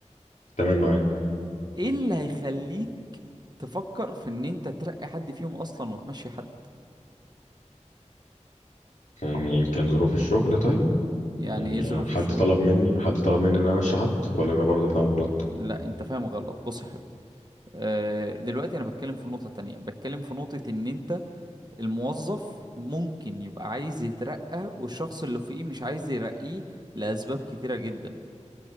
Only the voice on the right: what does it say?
ايه اللي هيخليك تفكر في ان انت ترقي حد فيهم اصلا وتمشي حد
يعني
ايه ظروف
الشغل
لا انت فاهم غلط بص يا حبيبي آه، دلوقتي انا بتكلم في نقطة تانية بتكلم في نقطة ان انت الموظف ممكن يبقى عايز يترقى والشخص اللي فوقيه مش عايز يرقيه لأسباب كتيرة جدا